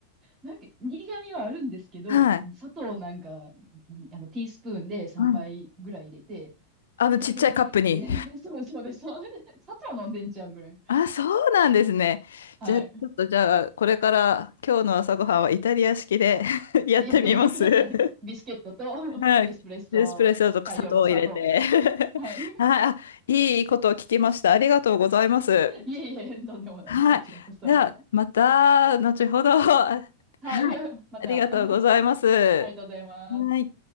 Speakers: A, on the right; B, on the left.
A: なんか苦味はあるんですけど、
B: はい。
A: 砂糖なんか、何、あの、ティースプーンで3倍ぐらい入れて、
B: うん。あのちっちゃいカップに。
A: ティクティクティクティクティクティク <laughs> そうそうです、そうです。砂糖飲んでんちゃうんぐらい。
B: あ、そうなんですね。
A: はい。
B: じゃあ、ちょっとじゃあ、これから今日の朝ごはんはイタリア式で <laughs> やってみます。
A: やってみてください。
B: <laughs>
A: ビスケットと
B: はい。
A: エスプレッソ大量の砂糖で。
B: エスプレッソと砂糖を入れて <laughs>
A: はい。
B: はい。あ、いいことを聞きました。ありがとうございます。
A: いえいえ、とんでもないです。
B: はい。
A: こちらこそ。
B: じゃあ、また、後ほど。<laughs> は
A: はい。
B: い。
A: また、
B: ありがとうございます。
A: ありがとうございます。
B: はい。